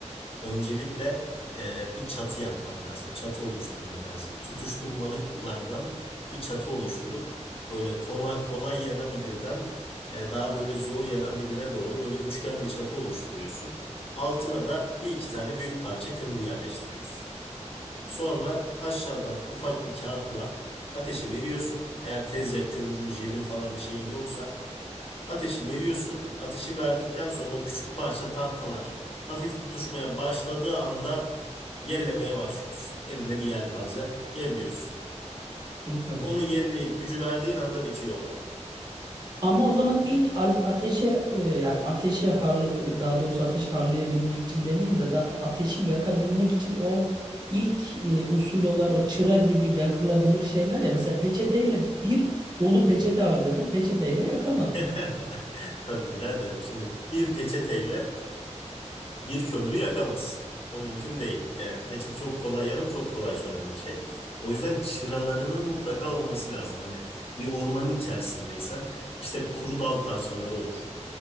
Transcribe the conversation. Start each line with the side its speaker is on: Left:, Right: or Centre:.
Left: Öncelikle e, bir çatı yapman lazım. Çatı oluşturman lazım. Tutuşturmalıklardan bir çatı oluşturup böyle kolay, kolay yanabilirden e, daha böyle zor yanabilire doğru böyle üçgen bir çatı oluşturuyorsun. Altına da bir iki tane büyük parça kömür yerleştiriyorsun. Sonra aşağıdan ufak bir kağıtla ateşi veriyorsun. Eğer tezyak kömürün, jelin falan bir şeyin yoksa Ateşi veriyorsun. Ateşi verdikten sonra o küçük parça tahtalar hafif tutuşmaya başladığı anda yellemeye başlıyorsun. Elinde bir yelpaze yelliyorsun.
Right: Süper.
Left: Onu yelleyip gücü verdiğin anda bitiyor olay.
Right: Ama o zaman ilk al- ateşe e, yani ateşi harla daha doğrusu ateşi harlayabilmek için demeyeyim de da ateşi yakabilmek için o ilk e, usul olan o çıra gibi yakılabilir şeyler ya mesela peçeteyle bir dolu peçete harcadım peçeteyle yakamadım.
Left: <laughs> Tabii biraderim şimdi bir peçeteyle bir kömürü yakamazsın. O mümkün değil. Yani peçete çok kolay yanıp çok kolay sönen bir şey. O yüzden çıralarının mutlaka olması lazım. Hani bir ormanın içerisindeysen işte kuru dal parçaları olur.